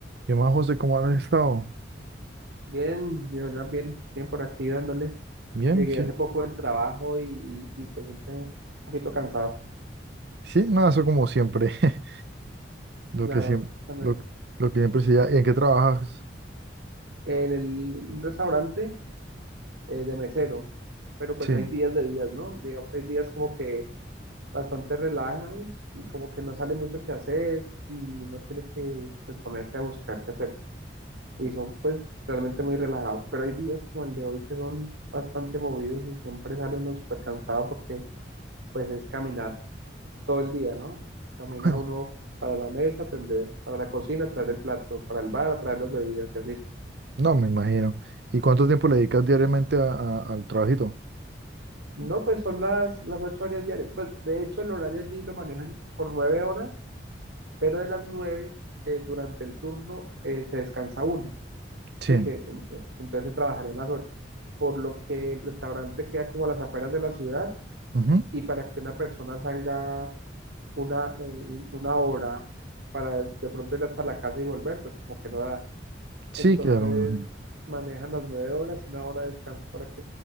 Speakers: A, on the right (about 60°); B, on the right (about 75°).
A: ¿Qué más, José? ¿Cómo has estado?
B: Bien, yo ya bien, bien por aquí dándole.
A: Bien,
B: Llegué
A: sí.
B: hace poco del trabajo y, y, y pues siempre un poquito cansado,
A: Sí, nada, eso como siempre. <laughs> Lo
B: claro.
A: que siempre,
B: cuando
A: lo,
B: hay-
A: lo que siempre se da. ¿Y en qué trabajas?
B: En el un restaurante eh, de mesero, pero pues
A: Sí.
B: hay días de días, ¿no? Digamos, hay días como que bastante relajados y como que no sale mucho que hacer y no tiene que pues ponerse a buscar qué hacer. Y son pues realmente muy relajados, pero hay días como el de hoy que son bastante movidos y siempre sale uno súper cansado porque pues es caminar todo el día, ¿no? Camina
A: <laughs>
B: uno para la mesa, atender, para la cocina, traer el plato, para el bar, traer las bebidas, y así.
A: No, me imagino. ¿Y cuánto tiempo le dedicas diariamente a- a- al trabajito?
B: No, pues son las, las ocho horas diarias. Pues de hecho el horario allí lo manejan por nueve horas, pero de las nueve eh, durante el turno eh, se descansa una,
A: Sí.
B: ¿sí? Que, en- eh, entonces se trabajarían las ocho. Por lo que el restaurante queda como a las afueras de la ciudad
A: Ujú.
B: y para que una persona salga una, eh, un- una hora para de pronto ir hasta la casa y volver, pues como que no da.
A: Sí,
B: Entonces
A: claro. me imagino.
B: manejan las nueve horas y una hora de descanso para que